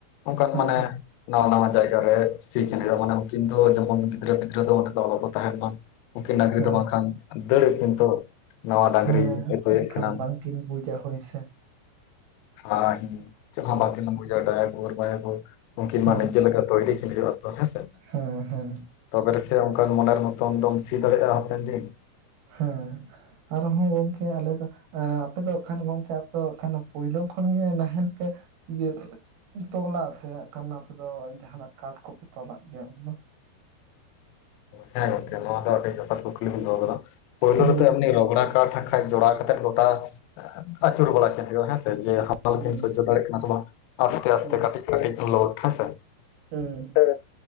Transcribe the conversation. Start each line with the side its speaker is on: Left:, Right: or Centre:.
Left: ᱚᱝᱠᱟᱱ
Right: ᱦᱮᱸ
Left: ᱢᱟᱱᱮ ᱱᱟᱣᱟ ᱱᱟᱣᱟ ᱡᱟᱭᱜᱟ ᱨᱮ ᱥᱤ ᱠᱤᱱ ᱦᱩᱭᱩᱜᱼᱟ, ᱢᱟᱱᱮ ᱩᱱ ᱫᱚ ᱡᱮᱢᱚᱱ ᱜᱤᱫᱽᱨᱟᱹ ᱯᱤᱫᱽᱨᱟᱹ ᱫᱚ ᱚᱸᱰᱮ ᱫᱚ ᱚᱞᱚ ᱠᱚ ᱛᱟᱸᱦᱮᱱ ᱢᱟ, ᱩᱠᱤᱱ ᱰᱟᱸᱜᱽᱨᱤ
Right: ᱦᱮᱸ
Left: ᱫᱚ ᱵᱟᱝᱠᱷᱟᱱ ᱫᱟᱹᱲᱟᱠᱤᱱ ᱛᱚ᱾ ᱱᱟᱣᱟ ᱰᱟᱸᱜᱽᱨᱤ
Right: ᱦᱮᱸ
Left: ᱤᱛᱩᱭᱮᱫ
Right: ᱮᱱᱠᱷᱟᱱ
Left: ᱠᱤᱱᱟᱢ
Right: ᱵᱟᱝᱠᱤᱱ ᱵᱩᱡᱟ ᱦᱳᱭ ᱥᱮ
Left: ᱦᱮ ᱦᱟ ᱦᱤᱸ ᱪᱮᱫ ᱦᱚ ᱵᱟᱝᱠᱤᱱ ᱵᱩᱡᱟ ᱰᱟᱭᱮᱜᱷᱩᱨ ᱵᱟᱭᱮᱜᱷᱩᱨ ᱩᱱᱠᱤᱱ
Right: ᱦᱮᱸ
Left: ᱢᱟ ᱱᱤᱡᱮ ᱞᱮᱠᱟ ᱛᱚ ᱤᱫᱤ ᱠᱤᱱ ᱦᱩᱭᱩᱜᱼᱟᱛᱚ ᱠᱤᱱ ᱦᱮᱸ ᱥᱮ,
Right: ᱦᱮᱸ ᱦᱮᱸ
Left: ᱛᱚᱵᱮ ᱨᱮᱸᱥᱮ ᱚᱱᱠᱟᱱ ᱢᱚᱱᱮᱨ ᱢᱚ ᱢᱚᱛᱚᱱ ᱫᱚᱢ ᱥᱤ ᱫᱟᱲᱮᱭᱟᱜᱼᱟ ᱦᱟᱯᱮᱱ ᱫᱤᱱ᱾
Right: ᱦᱮᱸ ᱟᱨᱦᱚᱸ ᱜᱚᱝᱠᱮ ᱟᱞᱮ ᱫᱚ ᱮᱸ ᱟᱯᱮ ᱫᱚ ᱦᱟᱸᱜ ᱠᱷᱟᱱ ᱜᱚᱢᱠᱮ ᱟᱯᱮ ᱫᱚ ᱦᱟᱸᱜ ᱠᱷᱟᱱ ᱯᱳᱭᱞᱳ ᱠᱷᱚᱱᱜᱮ ᱱᱟᱦᱮᱞ ᱛᱮ ᱤᱭᱟᱹ ᱛᱚᱞᱟ ᱥᱮ ᱦᱟᱸᱜ ᱠᱷᱟᱱ ᱟᱯᱮ ᱫᱚ ᱡᱟᱸᱦᱟᱱᱟᱜ ᱠᱟᱴ ᱠᱚᱯᱮ ᱛᱚᱞᱟᱜ ᱜᱮᱭᱟ ᱩᱱᱫᱚ?
Left: ᱦᱮᱸ ᱜᱚᱝᱠᱮ ᱱᱚᱣᱟ ᱫᱚ ᱟᱹᱰᱤ ᱡᱚᱛᱷᱟᱛ ᱠᱩᱠᱞᱤ ᱵᱤᱱ ᱫᱚᱦᱚ ᱟᱠᱟᱫᱟ ᱯᱳᱞᱳ
Right: ᱦᱮᱸ
Left: ᱨᱮ ᱫᱚ ᱮᱢᱱᱤ ᱨᱚᱜᱽᱲᱟ ᱠᱟᱴ ᱮ ᱡᱚᱲᱟᱣ ᱠᱟᱛᱮᱫ ᱜᱚᱴᱟ ᱟᱹᱪᱩᱨ ᱵᱟᱲᱟ ᱠᱤᱱ ᱦᱩᱭᱩᱜᱼᱟ ᱦᱮᱸᱥᱮ, ᱡᱮ ᱦᱟᱢᱟᱞ
Right: ᱦᱩᱸ
Left: ᱠᱤᱱ ᱥᱚᱡᱽᱡᱚ ᱫᱟᱲᱮᱭᱟᱜ ᱠᱟᱱᱟ ᱥᱮ ᱵᱟᱝ ᱟᱥᱛᱮ ᱟᱥᱛᱮ
Right: ᱦᱩᱸ
Left: ᱠᱟᱹᱴᱤᱡ ᱠᱟᱹᱴᱤᱡ ᱞᱳᱴ ᱦᱮᱸᱥᱮ,
Right: ᱦᱩᱸ᱾
Left: ᱦᱩᱸ,